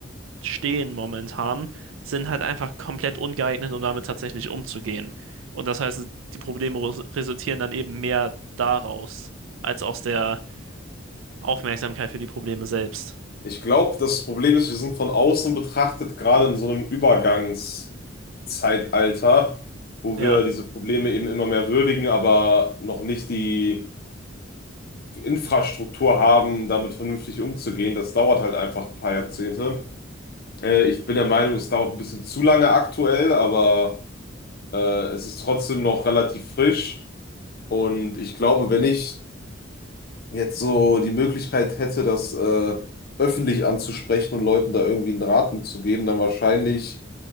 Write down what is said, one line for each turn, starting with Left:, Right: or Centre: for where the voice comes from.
Right: stehen momentan, sind halt einfach komplett ungeeignet, um damit tatsächlich umzugehen. Und das heißt, die Probleme res- resultieren dann eben mehr daraus, als aus der Aufmerksamkeit für die Probleme selbst.
Left: Ich glaube, das Problem ist, wir sind von außen betrachtet gerade in so einem Übergangszeitalter, wo
Right: Ja.
Left: wir diese Probleme eben immer mehr würdigen, aber noch nicht die Infrastruktur haben, damit vernünftig umzugehen. Das dauert halt einfach ein paar Jahrzehnte. Äh, ich bin der Meinung, es dauert ein bisschen zu lange aktuell, aber äh, es ist trotzdem noch relativ frisch. Und ich glaube, wenn ich jetzt so die Möglichkeit hätte, das äh, öffentlich anzusprechen und Leuten da irgendwie einen Rat mitzugeben, dann wahrscheinlich